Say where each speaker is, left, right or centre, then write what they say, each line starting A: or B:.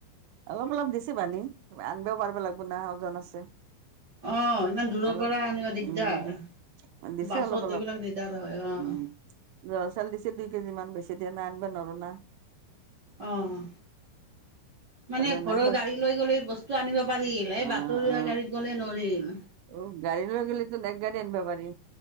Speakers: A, on the right; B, on the right.
A: অলপ অলপ দিছে বানি, আনিবাও পাৰবা লাগব না ওজন আছে।
B: অঁ ইমান দূৰৰ
A: অলপ
B: পৰা আনিবা দিগদাৰ,
A: উম দিছে
B: বাছত
A: অলপ অলপ
B: এইবিলাক দিগদাৰ হয়, অঁ'।
A: উম জহা চাউল দিছে দুই কেজি মান বেছি দিয়া নাই আনিবা নৰু না।
B: অঁ' মানে
A: আৰু এনে
B: ঘৰৰ
A: শচ
B: গাড়ী লৈ গ'লে বস্তু আনিব পাৰিল, এই
A: অ
B: বাতৰুৱা
A: অ
B: গাড়ীত গ'লে নোৱাৰিম।
A: অ' গাড়ী লৈ গ'লেটোন এক গাড়ী আইনবা পাৰি।